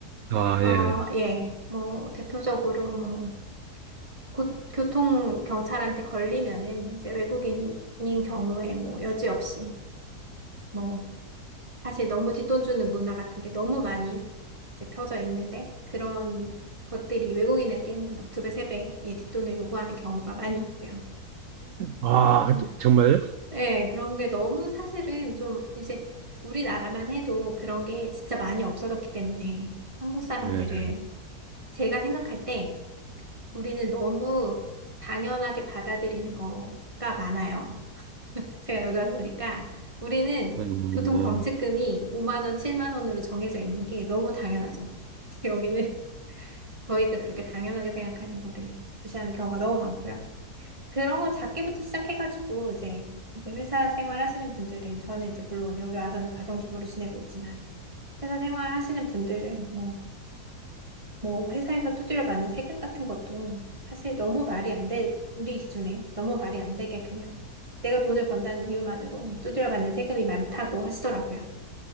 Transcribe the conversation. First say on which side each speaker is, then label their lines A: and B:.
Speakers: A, on the right; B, on the right.
A: 아,
B: 어,
A: 예.
B: 예, 뭐, 대표적으로 뭐, 고, 교통 경찰한테 걸리면은, 이제 외국인인 경우에 뭐, 여지없이, 뭐, 사실 너무 뒷돈 주는 문화 같은 게 너무 많이 이제 펴져 있는데 그런 것들이 외국인에게는 막 두 배, 세 배의 뒷돈을 요구하는 경우가 많이 있고요.
A: 아,
B: 음.
A: 정말?
B: 네, 그런 게 너무 사실은 좀 이제 우리나라만 해도 그런 게 진짜 많이 없어졌기 때문에 한국 사람들은
A: 예.
B: 제가 생각할 때 우리는 너무 당연하게 받아들이는 거가 많아요. 제가 여기 와서 보니까 우리는
A: 음,
B: 교통범칙금이 5만 원, 7만 원으로 정해져 있는 게 너무 당연하죠. <laughs> 여기는 저희가 그렇게 당연하게 생각하는 거를 무시하는 경우가 너무 많고요. 그런 거 작게부터 시작해가지고 이제 이제 회사 생활하시는 분들은 저는 이제 물론 여기 와서는 가정주부로 지내고 있지만 회사 생활하시는 분들은 뭐 뭐 회사에서 두드려 맞는 세금 같은 것도 사실 너무 말이 안 돼, 우리 기준에 너무 말이 안 되게 그냥 내가 돈을 번다는 이유만으로 두드려 맞는 세금이 많다고 하시더라고요.